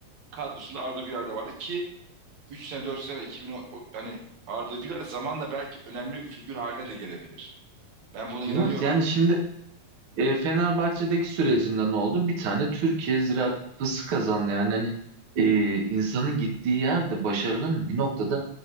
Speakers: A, on the right; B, on the right.
A: Kadrosunda Arda Güler de vardı ki 3 sene 4 sene 2010 o- hani Arda Güler zamanla belki önemli bir figür haline de gelebilir. Ben buna inanıyorum.
B: Evet, yani şimdi E, Fenerbahçe'deki sürecinde ne oldu? Bir tane Türkiye Ziraat Kupası kazandı. Yani hani, e, insanın gittiği yerde başarının bir noktada